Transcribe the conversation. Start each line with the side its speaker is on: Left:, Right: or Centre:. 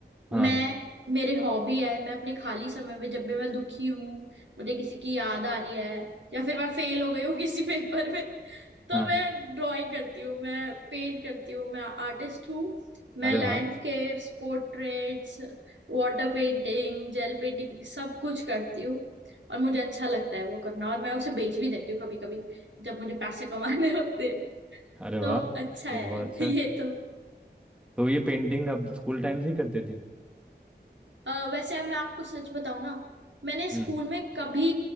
Centre: हाँ
Right: मैं मेरे हॉबी है मैं अपने खाली समय में जब भी मैं दुखी हूँ मुझे किसी की याद आ रही है या फिर मैं फेल हो गई हूँ <laughs> किसी पेपर में तो
Centre: हाँ
Right: मैं ड्राइंग करती हूँ मैं पेंट करती हूँ मैं आर्टिस्ट हूँ मैं
Centre: अरे
Right: landscapes
Centre: वाह
Right: portraits water painting gel painting सब कुछ करती हूँ और मुझे अच्छा लगता है वो करना और मैं उसे बेच भी देती हूँ कभी कभी जब मुझे पैसे कमाने होते
Centre: अरे
Right: तो
Centre: वाह
Right: अच्छा है
Centre: ये तो बहुत अच्छा
Right: <laughs>
Centre: है
Right: ये तो
Centre: तो ये पेंटिंग आप स्कूल टाइम से ही करते थे
Right: अ, वैसे मैं आपको सच बताऊं ना मैंने स्कूल
Centre: हम्म
Right: में कभी